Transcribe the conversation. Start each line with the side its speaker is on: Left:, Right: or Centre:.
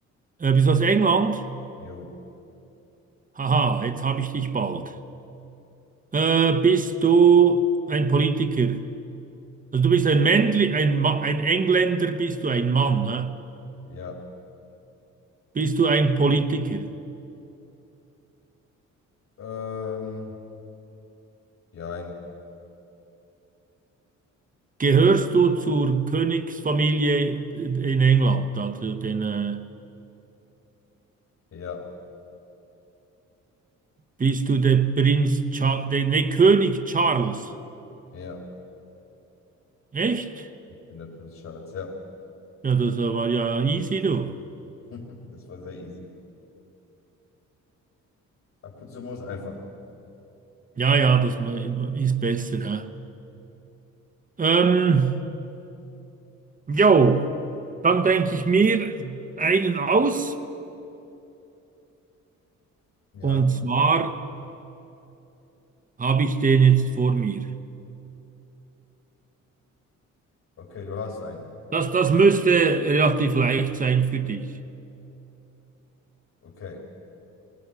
Right: Äh, bist du aus England?
Left: Jo.
Right: Haha, jetzt habe ich dich bald. Äh, bist du ein Politiker? Also du bist ein Männli, ein, Ma ein Engländer, bist du ein Mann, ne?
Left: Ja.
Right: Bist du ein Politiker?
Left: Ähm. Jein.
Right: Gehörst du zur Königsfamilie in England? Also den, äh,
Left: Ja.
Right: bist du der Prinz Charles, der, nee, König Charles?
Left: Ja.
Right: Echt?
Left: Ich bin der Prinz Charles. Ja.
Right: Ja, das war ja easy, du.
Left: <laughs> Das war sehr easy. Ab und zu muss einfach.
Right: Ja, ja, das ma- ist besser, hä? Ähm, jo. Dann denke ich mir einen aus.
Left: Ja.
Right: Und zwar habe ich den jetzt vor mir.
Left: Okay, du hast einen.
Right: Das, das müsste relativ leicht sein für dich.
Left: Okay.